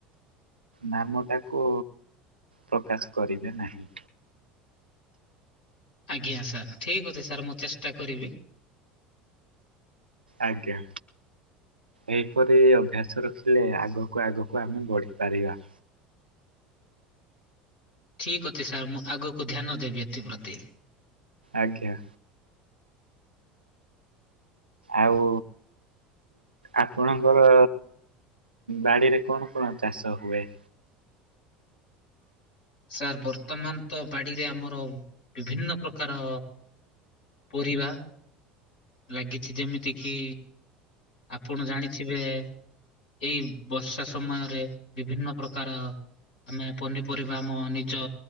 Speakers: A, on the right; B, on the left.
A: ନାମଟାକୁ ପ୍ରକାଶ କରିବେ ନାହିଁ‌।
B: ଆଜ୍ଞା ସାର୍ ଠିକ୍ ଅଛି ସାର୍ ମୁଁ ଚେଷ୍ଟା କରିବି।
A: ଆଜ୍ଞା ଏହିପରି ଅଭ୍ୟାସ ରଖିଲେ ଆଗକୁ ଆଗକୁ ଆମେ ବଢ଼ିପାରିବା।
B: ଠିକ ଅଛି ସାର୍ ମୁଁ ଆଗକୁ ଧ୍ୟାନ ଦେବି ଏଥିପ୍ରତି।
A: ଆଜ୍ଞା। ଆଉ ଆପଣଙ୍କର ବାଡିରେ କଣ କଣ ଚାଷ ହୁଏ?
B: ସାର୍ ବର୍ତ୍ତମାନ ତ ବାଡିରେ ଆମର। ବିଭିନ୍ନ ପ୍ରକାର ପରିବା। ଲାଗିଛି ଯେମିତି କିି ଆପଣ ଜାଣିଥିବେ। ଏଇ ବର୍ଷା ସମୟରେ ବିଭିନ୍ନ ପ୍ରକାର। ଆମେ ପନିପରିବା ଆମ ନିଜ